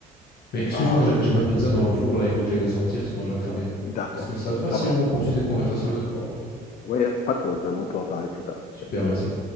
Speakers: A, on the left; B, on the left.
A: Mais excuse-moi,
B: Ah
A: j'ai
B: ouais.
A: j'ai ma pizza dans le four là, il faut que j'aille la sortir, sinon elle va cramer.
B: D'accord,
A: Est-ce que ça te va
B: d'accord.
A: si on poursuit cette conversation une autre fois?
B: Oui, pas de problème, on peut en parler plus tard.
A: Super, merci.